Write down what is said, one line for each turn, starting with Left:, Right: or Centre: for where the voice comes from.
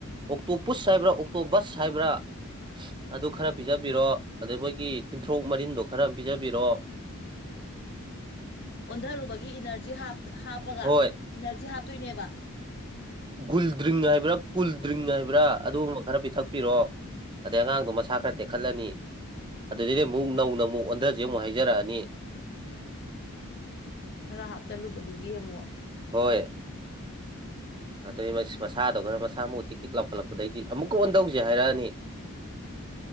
Right: ꯑꯣꯛꯇꯣ ꯄꯨꯁ ꯍꯥꯏꯕ꯭ꯔꯥ ꯑꯣꯛꯇꯣ ꯕꯁ ꯍꯥꯏꯕ꯭ꯔꯥ ꯑꯗꯨ ꯈꯔ ꯄꯤꯖꯕꯤꯔꯣ ꯑꯗꯩ ꯃꯣꯏꯒꯤ ꯇꯤꯟꯊ꯭ꯔꯣꯛ ꯃꯔꯤꯟꯗꯣ ꯈꯔ ꯑꯃ ꯄꯤꯖꯕꯤꯔꯣ <inaudible>
Left: ꯑꯣꯟꯊꯔꯨꯕꯒꯤ ꯏꯅꯔꯖꯤ ꯍꯥꯞꯄꯒ
Right: ꯍꯣꯏ
Left: ꯏꯅꯔꯖꯤ ꯍꯥꯞꯇꯣꯏꯅꯦꯕ
Right: ꯒꯨꯜ ꯗ꯭ꯔꯤꯡ ꯍꯥꯏꯕ꯭ꯔꯥ ꯀꯨꯜ ꯗ꯭ꯔꯤꯡ ꯍꯥꯏꯕ꯭ꯔꯥ ꯑꯗꯨꯒꯨꯝꯕ ꯈꯔ ꯄꯤꯊꯛꯄꯤꯔꯣ ꯑꯗꯩ ꯑꯉꯥꯡꯗꯣ ꯃꯁꯥ ꯈꯔ ꯇꯦꯛꯈꯠꯂꯅꯤ ꯑꯗꯨꯗꯤ ꯑꯃꯨꯛ ꯅꯧ ꯅꯧ ꯑꯃꯨꯛ ꯑꯣꯟꯊꯁꯦ ꯑꯃꯨꯛ ꯍꯥꯏꯖꯔꯛꯑꯅꯤ
Left: ꯈꯔ ꯍꯥꯞꯆꯤꯜꯂꯨꯕꯗꯨꯒꯤ ꯑꯃꯨꯛ
Right: ꯍꯣꯏ ꯑꯗꯩ ꯃꯁꯥꯗꯣ ꯈꯔ ꯃꯁꯥ ꯃꯨꯎ ꯇꯤꯛ ꯇꯤꯛ ꯂꯧꯈꯠꯂꯛꯄꯗꯒꯤꯩꯗꯤ ꯑꯃꯨꯛꯀ ꯑꯣꯟ ꯇꯧꯁꯦ ꯍꯥꯏꯔꯛꯑꯅꯤ ꯎꯝ